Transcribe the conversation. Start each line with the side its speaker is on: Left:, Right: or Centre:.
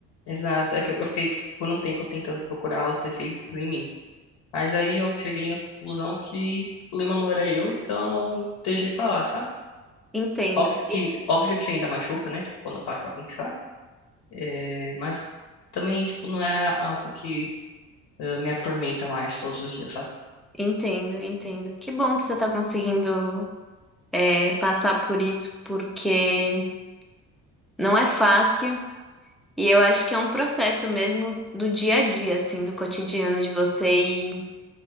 Left: Exato. É que eu eu fiquei, tipo, por um tempo tentando procurar os defeitos em mim. Mas aí eu cheguei à conclusão que o problema não era eu, então deixei pra lá, sabe?
Centre: entendo,
Left: Óbvio que, óbvio que ainda machuca, né? Tipo, quando eu paro pra pensar. É, mas também, tipo, não é algo que ah, me atormenta mais todos os dias, sabe?
Centre: entendo, entendo. Que bom que você está conseguindo é, passar por isso, porque não é fácil. E eu acho que é um processo mesmo do dia a dia, assim, do cotidiano de você. E